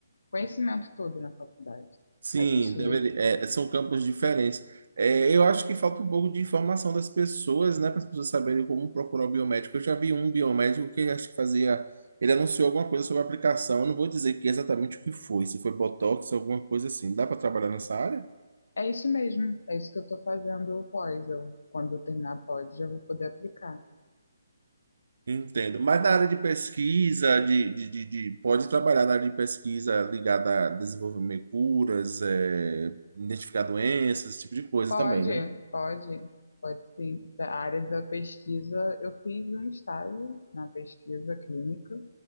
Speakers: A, on the left (about 65°); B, on the right (about 60°).
A: conhecimento todo na faculdade.
B: sim,
A: A gente
B: deveria, é, são campos diferentes. É,
A: é
B: eu acho que falta um pouco de informação das pessoas, né, para as pessoas saberem como procurar o biomédico. Eu já vi um biomédico que acho que fazia, ele anunciou alguma coisa sobre a aplicação. Eu não vou dizer que exatamente o que foi, se foi botox, ou alguma coisa assim. Dá para trabalhar nessa área?
A: é isso mesmo, é isso que eu estou fazendo pós. Eu, quando eu terminar a pós, já vou poder aplicar.
B: Entendo. Mas na área de pesquisa, de, de, de- de- pode trabalhar na área de pesquisa ligada a desenvolvimento de curas, é, identificar doenças, esse tipo de coisa
A: Pode,
B: também, né?
A: pode, pode sim. Da área da pesquisa, eu fiz um estágio na pesquisa clínica,